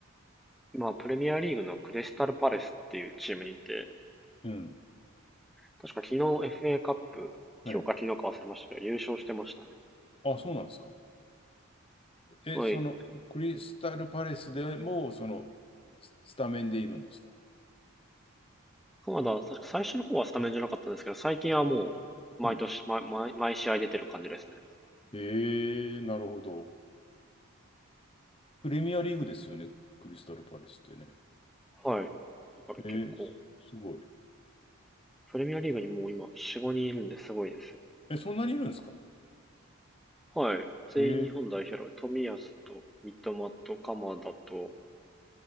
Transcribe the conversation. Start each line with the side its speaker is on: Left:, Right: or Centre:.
Centre: 今、プレミアリーグのクリスタルパレスっていうチームにいて、
Left: うん。
Centre: 確か昨日 FA カップ、
Left: はい。
Centre: 今日か昨日か忘れましたけど、優勝してましたね。
Left: あ、そうなんですか。え、
Centre: はい。
Left: その、クリスタルパレスでも、その、ススタメンでいるんですか
Centre: そ田だ、確か最初の方はスタメンじゃなかったんですけど、最近はもう、毎年、
Left: うん。
Centre: 毎、毎毎試合出てる感じですね。
Left: えー、なるほど。プレミアリーグですよね。クリスタルパレスってね。
Centre: はい。だから結構、
Left: ええすごい。
Centre: プレミアリーグにもう今、4、5人いるんですごいですよ。
Left: え、そんなにいるんですか
Centre: はい。全員日本代表の冨安と、
Left: え
Centre: 三笘と、鎌田と、